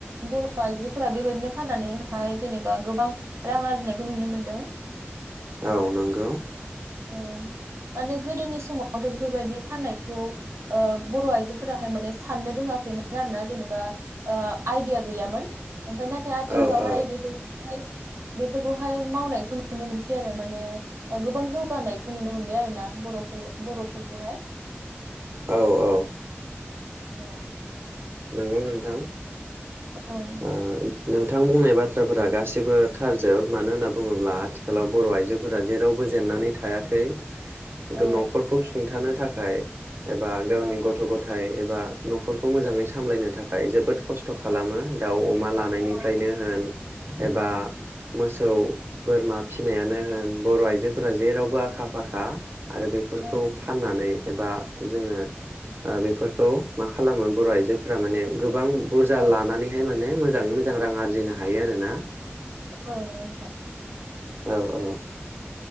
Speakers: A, on the right (about 85°); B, on the right (about 60°).
A: बर' आइजोफोरा बेबायदिनो फाननानैहाय जेनेबा गोबां रां आरजिनायखौ नुनो मोनदों।
B: औ नोंगौ
A: औ माने गोदोनि समावथ' बेफोरबायदि फाननायखौ ओ बर' आइजोफोराहाय माने साननो रोङाखैमोन आरो ना जेनेबा ओ आइदिया गैयामोन। ओमफाय नाथाय आथिखालावहाय
B: औ औ
A: बेफोरखौहाय बेफोरखौहाय मावनायखौ नुनो मोनसै आरो माने ओ गोबां जौ <unintelligible> नुनो मोनबाय आरो ना बर'फोर बर'फोरखौहाय
B: औ औ
A: औ
B: नोंगौ नोंथां।
A: <unintelligible>
B: ओ नोंथां बुंनाय बाथ्राफोरा गासिबो थारजोब मानो होनना बुङोब्ला आथिखालाव बर' आइजोफोरा जेरावबो जेननानै थायाखै।
A: औ
B: गोन नखरखौ सुं थानो थाखाय एबा गावनि
A: औ
B: गथ' गथाइ एबा नखरखौ मोजाङै सा मलायनो थाखाय जोबोद खस्थ' खालामो दाउ, अमा लानायनिफ्रायनो
A: औ
B: होन एबा मोसौ, बोरमा फिसिनायानो होन बर' आइजोफोरा जेरावबो आखा फाखा। आरो बेफोरखौ
A: औ
B: फाननानै एबा जोङो ओ बेफोरखौ मा खालामो बर' आइजो फोरा माने गोबां बुरजा
A: औ
B: लानानैहाय माने मो जाङै मोजां रां आरजिनो हायो आरोना।
A: औ नंगौ नोंथां।
B: औ औ।